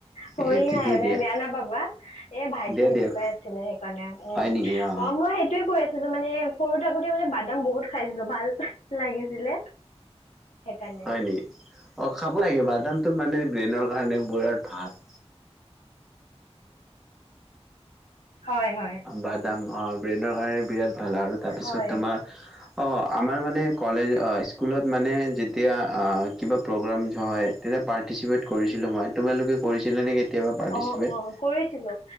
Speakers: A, on the left; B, in the centre.
A: চৰি
B: এ ঠিকেই
A: হা মানে
B: দিয়া
A: বেয়া নাপাবা। এ ভাইটিয়ে
B: দিয়া দিয়ক
A: জোকাই আছিলে। সেইকাৰণে উম
B: হয় নেকি অ
A: ক মই সেইটোয়ে কৈ আছিলো। মানে সৰু থাকোতে মানে বাদাম বহুত খাইছিলো। ভাল লাগিছিলে সেইকাৰণে
B: হয় নেকি। অ খাব লাগে বাদামটো মানে। ব্ৰেইনৰ কাৰণে পোৰৰাট ভাল।
A: হয় হয়।
B: বাদাম ব্ৰেইনৰ কাৰণে বিৰাট ভাল আৰু তাৰপিছত
A: হয়
B: তোমাৰ। অ, আমাৰ মানে কলেজ স্কুলত মানে যেতিয়া কিবা প্ৰগামছ হয় তেতিয়া পাৰ। পাৰ্টিচিপেট কৰিছিলোঁ মই। তোমালোকে কৰিছিলা নে কেতিয়াবা পাৰ্টিচিপেট।
A: অ' অ' কৰিছিলোঁ